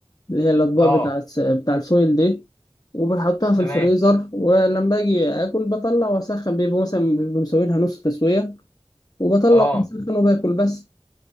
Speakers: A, on the left; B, on the left.
A: اللي هي الاطباق
B: اه
A: بتاعت بتاع الفويل دي وبنحطها في
B: تمام
A: الفريزر ولما باجي اكل بطلع واسخن بيبقوا مثلا بيبقوا مسوينها نص تسويه وبطلع
B: اه
A: وبسخن وباكل بس